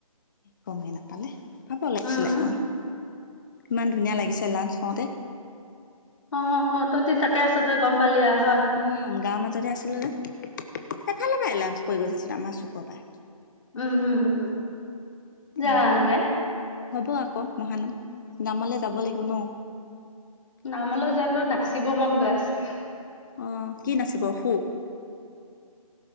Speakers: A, on the left; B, on the left.
A: কম ন' পালে পাব লাগিছিলে
B: উম,
A: গম। ইমান ধুনীয়া লাগিছে লাঞ্চ কওঁতে।
B: অ', অ', তহঁতি তাতে আছ যে গম পালি আৰু
A: উম, গাঁৱৰ মাজতে আছিল দে এফালে পৰা লাঞ্চ কৰি গৈছাচোন আমাৰ চুক পৰা
B: উম, হম, হম জানোহে।
A: উম হ'ব আকৌ মহানাম নামলে যাব লাগিব ন'।
B: নামলৈ যোৱাাতটো নাচিব মন গৈ আছে।
A: অ', কি নাচিব সু